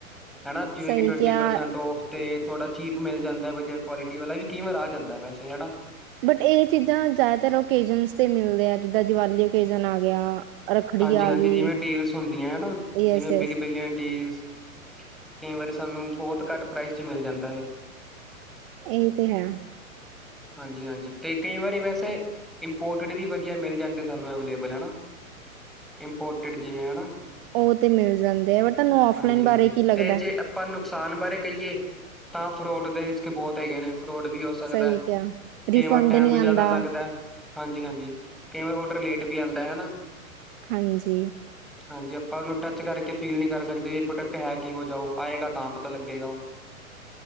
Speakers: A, in the centre; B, on the right.
A: ਹੈਨਾ। ਕਿਵੇਂ
B: ਸਹੀ
A: ਕਿ, ਟਵਨਟੀ
B: ਕਿਹਾ
A: ਪਰਸੈਂਟ ਔਫ। ਤੇ ਥੋੜਾ ਚੀਪ ਮਿਲ ਜਾਂਦਾ, ਵਧੀਆ ਕੁਆਲਿਟੀ ਵਾਲਾ ਵੀ, ਕਈ ਵਾਰ ਆ ਜਾਂਦਾ ਵੈਸੇ ਹਨਾ।
B: ਬਟ ਇਹ ਚੀਜ਼ਾਂ, ਜ਼ਿਆਦਾਤਰ ਓਕੇਜਨ ਤੇ ਮਿਲਦੇ ਆ ਜਿੱਦਾਂ ਦੀਵਾਲੀ, ਓਕੇਜਨ ਆ ਗਿਆ। ਰੱਖੜੀ
A: ਹਾਂਜੀ
B: ਆ
A: -ਹਾਂਜੀ
B: ਗਈ
A: ਜਿਵੇਂ ਡੀਲਸ ਹੁੰਦੀਆਂ ਹਨਾ,
B: ਯਸ-ਯਸ
A: ਜਿਵੇਂ ਬਿਗ ਬਿਲੀਅਨ ਡੀਲਸ ਕਈ ਵਾਰੀ ਸਾਨੂੰ, ਬਹੁਤ ਘੱਟ ਪ੍ਰਾਈਸ ਚ ਮਿਲ ਜਾਂਦਾ ਫਿਰ।
B: ਇਹ ਤੇ ਹੈ।
A: ਹਾਂਜੀ -ਹਾਂਜੀ ਤੇ ਕਈ ਵਾਰੀ ਵੈਸੇ ਇੰਪੋਰਟਡ ਵੀ, ਵਧੀਆ ਮਿਲ ਜਾਂਦੇ ਸਾਨੂੰ ਅਵੇਲੇਬਲ ਹਨਾ। ਇੰਪੋਰਟਿਡ ਜਿਵੇਂ ਹਨਾ?
B: ਉਹ ਤੇ ਮਿਲ ਜਾਂਦੇ ਆ, ਬਾਕੀ ਤੁਹਾਨੂੰ ਔਫਲਈਨ,
A: ਹਾਂਜੀ-ਹਾਂਜੀ
B: ਬਾਰੇ ਕੀ ਲੱਗਦਾ।
A: ਤੇ ਜੇ ਆਪਾਂ, ਨੁਕਸਾਨ ਬਾਰੇ ਕਹੀਏ ਤਾਂ, ਫਰੋਡ ਦੇ ਰਿਸ ਕੇ ਬਹੁਤ ਹੈਗੇ ਨੇ ਫਰੋਡ ਵੀ ਉਸ ਸਕਦਾ
B: ਸਹੀ ਕਿਹਾ
A: ਕਿਵਾਂ
B: ਰਿਫੰਡ
A: ਟਾਈਮ
B: ਨੀ
A: ਵੀ
B: ਆਂਦਾ
A: ਜਿਆਦਾ ਲੱਗਦਾ। ਹਾਂਜੀ- ਹਾਂਜੀ ਕਈ ਵਾਰ ਔਡਰ ਲੇਟ ਵੀ ਆਦਾ ਹਨਾ।
B: ਹਾਂਜੀ।
A: <inaudible> ਹਾਂਜੀ, ਆਪਾਂ ਉਹਨੂੰ ਟੱਚ ਕਰਕੇ ਫੀਲ ਨਹੀਂ ਕਰ ਸਕਦੇ, ਵੀ ਪ੍ਰੋਡਕਟ ਹੈ ਕੀ ਜਾਓ ਆਏਗਾ ਤਾਂ ਪਤਾ ਲੱਗੇਗਾ ਉਹ <unintelligible>